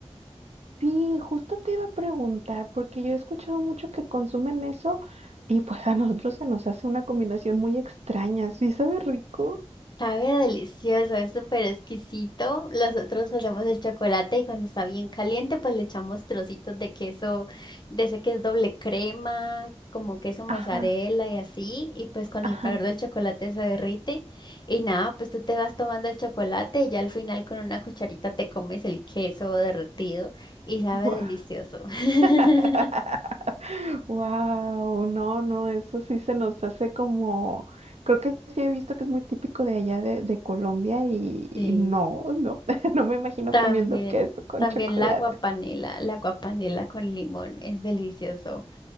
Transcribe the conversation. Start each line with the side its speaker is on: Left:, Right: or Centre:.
Right: Sí, justo te iba a preguntar, porque yo he escuchado mucho que consumen eso y pues a nosotros se nos hace una combinación muy extraña. ¿Sí sabe rico?
Left: Sabe delicioso, es súper exquisito. Nosotros hacemos el chocolate y cuando está bien caliente, pues le echamos trocitos de queso, de ese que es doble crema, como queso mozzarella
Right: Ajá,
Left: y así. Y pues con
Right: ajá,
Left: el calor del chocolate se derrite. Y nada, pues tú te vas tomando el chocolate y ya al final con una cucharita te comes el queso derretido y sabe
Right: guau.
Left: delicioso. <laughs>
Right: <laughs> Wow, no, no, eso sí se nos hace como, creo que sí he visto que es muy típico de allá de, de Colombia y, y
Left: Sí,
Right: no, no, <laughs> no me imagino
Left: también,
Right: comiendo queso con
Left: también
Right: chocolate.
Left: la guapanela, la guapanela con limón, es delicioso.